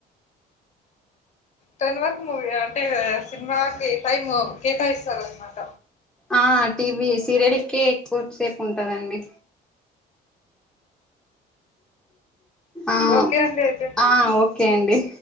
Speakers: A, on the left; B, in the centre.
A: టెన్ వరకు మూవీ అంటే సినిమాకి టైమ్ కేటాయిస్తారు అనమాట
B: ఆ టీవీ సీరియల్ కే ఎక్కువ సేపు ఉంటదండి ఆ
A: ఓకే అండి అయితే.
B: ఆ ఓకే అండి